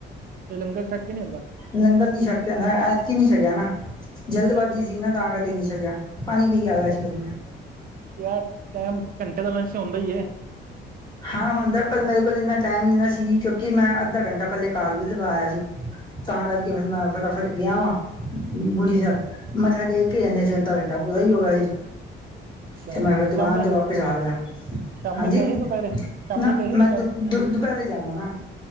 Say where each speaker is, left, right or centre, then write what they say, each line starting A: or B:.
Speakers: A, on the right (about 45°); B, on the left (about 20°).
A: ਤੇ ਲੰਗਰ ਛੱਕ ਕੇ ਨੀ ਆਂਦਾ?
B: ਲੰਗਰ ਨੀ ਸ਼ੱਕ ਕੇ ਆਂਦਾ ਨਾ ਐਤਕੀ ਨੀ ਸ਼ਕੇਆ ਨਾ, ਜਲਦਬਾਜ਼ੀ ਸੀ ਨਾ ਤਾਂ ਕਰਕੇ ਨੀ ਸ਼ਕੇਆ ਪਾਣੀ ਪੀ ਕੇ ਆ ਗੇਆ ਸੀ ਫੇਰ ਮੈਂ।
A: ਯਾ ਟੈਮ ਘੰਟੇ ਦਾ ਲੰਚ ਹੋਂਦਾ ਈ ਏ।
B: ਹਾਂ ਹੁੰਦਾ ਪਰ ਮੇਰੇ ਕੋਲ ਇੰਨਾ ਟਾਈਮ ਨੀ ਨਾ ਸੀ, ਕੇਓਕਿ ਮੈਂ ਅੱਦਾ ਘੰਟਾ ਪੈਲੇ ਘਾਰ ਵੀ ਲਗਾਏਆ ਸੀ। ਤਾਂ ਕਰਕੇ ਫੇਰ ਮੈਂ ਫਟਾਫਟ ਗੇਆ ਵਾਂ। ਬੁੜੀ ਸੈਬ, ਮੱਥਾ ਟੇਕ ਕੇ ਐਨੇ 'ਚ ਅੱਦਾ ਘੰਟਾ ਪੂਰਾ ਈ ਹੋਗੇਆ ਸੀ।
A: ਅੱਛਾ
B: ਤੇ ਮੈਂ ਫਿਰ
A: ਸ਼ਾਮੀ
B: ਦੁਕਾਨ ਤੇ ਵਾਪਿਸ ਆ ਗਿਆ।
A: ਸ਼ਾਮੀ
B: ਹਾਂਜੀ!
A: ਗਏ ਸੀ ਦੁਪਹਿਰੇ ਸ਼ਾਮੀ
B: ਨਾ
A: ਗਏ ਸੀ
B: ਮੈਂ
A: ਦੁਪਹਿਰੇ
B: ਦੁ- ਦੁ ਦੁਪਹਿਰੇ ਜਾਂਨਾ ਨਾ।